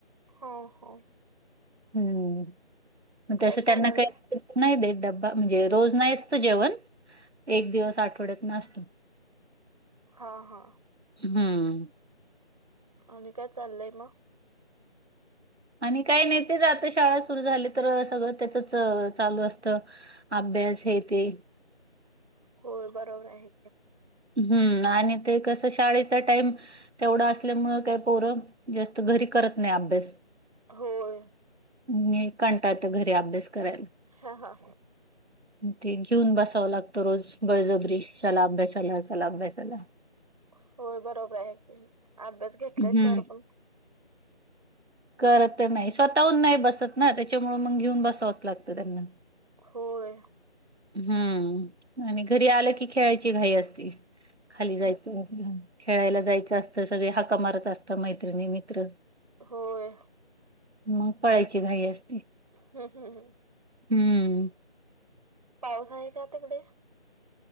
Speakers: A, on the right; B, on the right.
A: हा हा
B: हम्म मग
A: काय
B: तस
A: चालू
B: त्यांना
A: आहे?
B: काय नाही देत डब्बा म्हणजे रोज नाहीच तर जेवण एक दिवस आठवड्यात न आसतो
A: हा हा
B: हम्म
A: आणि काय चाललय मग
B: आणि काय नाही तेच आता शाळा सुरू झाली तर सगळं त्याचच चालू असत अभ्यास हे ते
A: होय बरोबर आहे
B: हम्म आणि ते कसं शाळेचा टाइम तेवढं असल्यामुळे काय पोरं जास्त घरी करत नाही अभ्यास
A: होय
B: नाही काणताा येत घरी अभ्यास करायला
A: हा हा
B: <inaudible> ते घेऊन बसावं लागतं रोज बळजब्रिज ला अभ्यासाला चला अभ्यासाला
A: होय बरोबर आहे की अभ्यास घेतल्याशिवाय
B: हम्म
A: पण
B: करत नाही स्वतःहून नाही बसत ना त्याच्यामु मग घेऊन बसावंच लागत त्यांना
A: होर
B: हम्म आणि घरी आलं की खेळाची घाई असती खाली जायच खेळायला जायचं असत सगळे हाका मारत असत मैत्रिणी मित्र
A: होय
B: मग पळायची घई असते
A: हम्म हम्म
B: हम्म.
A: पाऊस आहे का तिकडे